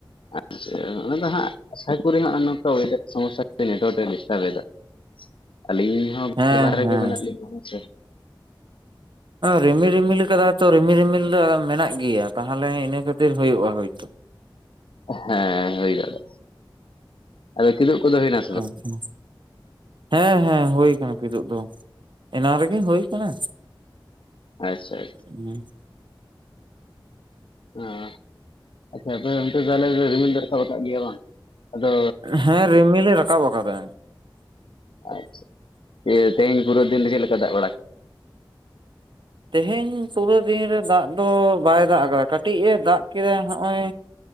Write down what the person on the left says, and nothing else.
ᱟᱪᱪᱷᱟ ᱚᱱᱟ ᱫᱚ ᱦᱟᱸᱜ ᱟᱥᱟ ᱠᱚᱨᱤ ᱦᱟᱸᱜ ᱱᱚᱝᱠᱟ ᱳᱭᱫᱟᱨ ᱥᱚᱢᱚᱥᱭᱟ ᱠᱷᱟᱹᱛᱤᱨ ᱱᱮᱴᱣᱟᱨᱠ ᱮ ᱰᱤᱥᱴᱟᱨᱵ ᱮᱫᱟ᱾ ᱟᱹᱞᱤᱧ ᱦᱚᱸ <unintelligible>
ᱵᱟᱦᱨᱮ ᱨᱮᱜᱮ
ᱢᱮᱱᱟᱜ ᱞᱤᱧᱟ ᱦᱮᱸ ᱥᱮᱼᱼ
ᱦᱮᱸ ᱦᱩᱭ ᱫᱟᱲᱮᱭᱟᱜ-ᱟ᱾ ᱟᱫᱚ ᱠᱤᱫᱩᱜ ᱠᱚᱫᱚ ᱦᱩᱭᱮᱱᱟᱼᱼ
ᱟᱪᱪᱷᱟ ᱟᱪᱪᱷᱟ᱾
ᱟᱸ ᱟᱪᱪᱷᱟ ᱟᱯᱮ ᱚᱱᱛᱮ ᱛᱟᱦᱞᱮ ᱨᱩᱢᱤᱞ ᱫᱚ ᱨᱟᱠᱟᱵ ᱟᱠᱟᱫ ᱜᱮᱭᱟ ᱵᱟᱝ? ᱟᱫᱚ
ᱟᱪᱪᱷᱟ, <unintelligible> ᱛᱮᱦᱮᱧ ᱯᱩᱨᱟᱹ ᱫᱤᱱ ᱨᱮ ᱪᱮᱫ ᱞᱮᱠᱟ ᱫᱟᱜ ᱵᱟᱲᱟ <unintelligible>